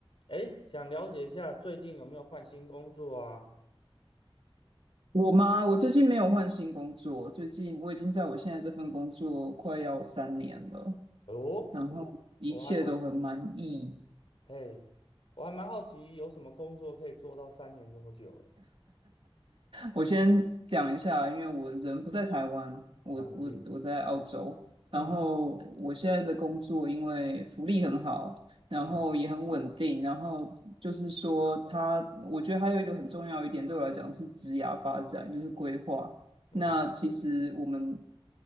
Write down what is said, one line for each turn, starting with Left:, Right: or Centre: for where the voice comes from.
Left: 哎，想了解一下最近有没有换新工作啊？
Right: 我吗？我最近没有换新工作，最近我已经在我现在这份工作快要三年了，
Left: 哦，
Right: 然后一切都很满意。
Left: 我还蛮，嘿，我还蛮好奇有什么工作可以做到三年这么久哎。
Right: 我先讲一下，因为我人不在台湾，我我我在澳洲，
Left: 了解，
Right: 然后我现在的工作因为福利很好，
Left: 嗯
Right: 然后也很稳定，
Left: 嗯
Right: 然后就是说他我觉得还有一个很重要一点对我来讲是职涯发展，就是规划。
Left: 嗯
Right: 那其实我们